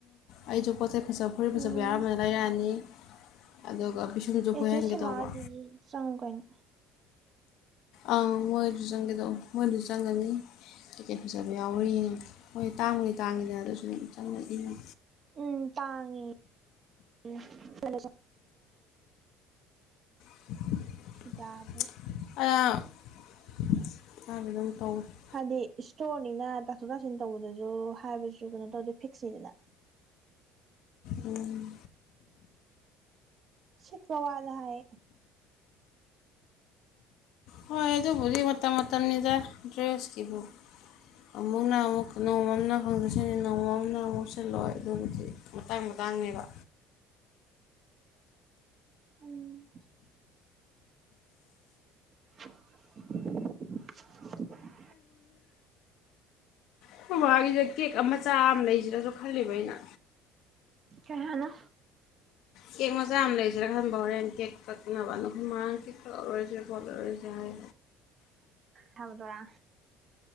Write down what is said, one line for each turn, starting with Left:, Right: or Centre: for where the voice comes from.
Left: ꯑꯩꯁꯨ ꯄꯣꯠ ꯆꯩꯩ ꯐꯆ ꯐꯣꯔꯤ ꯐꯆꯞ
Right: ꯎꯝ
Left: ꯌꯥꯎꯔꯝꯕꯅ ꯂꯩꯔꯛꯑꯅꯤ ꯑꯗꯨꯒ ꯄꯤꯁꯨꯝꯁꯨ
Right: ꯑꯦꯁꯦ
Left: ꯐꯣꯏꯍꯟꯒꯦ
Right: ꯁꯤꯃꯥ
Left: ꯇꯧꯕ
Right: ꯖꯨ ꯆꯪꯒꯅꯤ
Left: ꯑꯪ ꯃꯣꯏꯁꯨ ꯆꯪꯒꯦꯗꯧꯕ ꯃꯣꯏꯁꯨ ꯆꯪꯒꯅꯤ ꯇꯤꯀꯦꯠ ꯐꯖꯕ ꯌꯥꯎꯔꯤꯅ ꯍꯣꯏ ꯇꯥꯡꯕꯨꯗꯤ ꯇꯥꯡꯉꯤꯗꯅ ꯑꯗꯨꯁꯨ ꯆꯪꯅ ꯏꯉ
Right: ꯎꯝ ꯇꯥꯡꯉꯦ <unintelligible>
Left: <unintelligible>
Right: <unintelligible>
Left: <unintelligible>
Right: ꯍꯥꯏꯗꯤ ꯏꯁꯇꯣꯔꯅꯤꯅ ꯇꯥꯊꯣꯛ ꯇꯥꯁꯤꯟ ꯇꯧꯕꯗꯁꯨ ꯍꯥꯏꯕꯁꯨ ꯀꯩꯅꯣ ꯇꯧꯗꯦ ꯐꯤꯛꯁꯅꯤꯗꯅ
Left: ꯎꯝ
Right: ꯁꯤ ꯄꯋꯥ ꯅꯦ ꯍꯥꯏ
Left: ꯍꯣꯢ ꯑꯗꯨꯕꯨꯗꯤ ꯃꯇꯝ ꯃꯇꯝꯅꯤꯗꯥ ꯗ꯭ꯔꯦꯁ ꯀꯤꯕꯨ ꯑꯃꯨꯛꯅ ꯑꯃꯨꯛ ꯅꯣꯡꯃ ꯑꯃꯅ ꯈꯪꯗꯦꯁꯦꯠꯅꯤ ꯅꯣꯡꯃ ꯑꯃꯅ ꯑꯃꯨꯛ ꯁꯤꯜꯂꯣꯏ ꯑꯗꯨꯕꯨꯗꯤ ꯃꯇꯥꯡ ꯃꯇꯥꯡꯅꯦꯕ
Right: ꯎꯝ <unintelligible>
Left: ꯑꯩꯈꯣꯏ ꯕꯥꯒꯤꯁꯦ ꯀꯦꯛ ꯑꯃꯆꯥ ꯑꯃ ꯂꯩꯁꯤꯔꯁꯨ ꯈꯜꯂꯤꯕ ꯑꯩꯅ
Right: ꯀꯩꯍꯥꯢꯅꯣ
Left: ꯀꯦꯛ ꯃꯆꯥ ꯑꯃ ꯂꯩꯁꯤꯔꯥ ꯈꯟꯕ ꯍꯣꯔꯦꯟ ꯀꯦꯛ ꯀꯛꯅꯕ ꯑꯗꯣ ꯑꯩꯈꯣꯢ ꯃꯥꯅ ꯀꯤꯛ ꯀꯛꯂꯔꯣꯏ ꯑꯦꯔꯄꯣꯠ ꯌꯣꯢꯔꯨꯁꯦ ꯍꯥꯢ
Right: ꯊꯧꯗꯨꯌꯥ